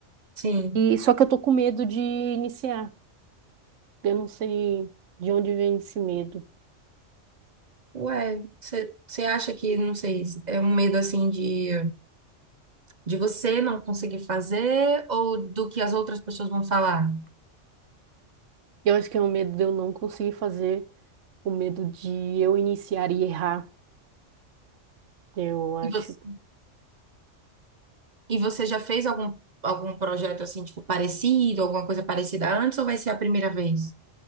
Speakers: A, on the right; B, on the right.
A: sim.
B: E só que eu tô com medo de iniciar. Eu não sei de onde vem esse medo.
A: Ué, você acha que, não sei, é um medo assim de, de você não conseguir fazer ou do que as outras pessoas vão falar?
B: Eu acho que é o medo de eu não conseguir fazer, o medo de eu iniciar e errar. Eu acho
A: E você, e você já fez algum, algum projeto assim, tipo, parecido, alguma coisa parecida antes ou vai ser a primeira vez?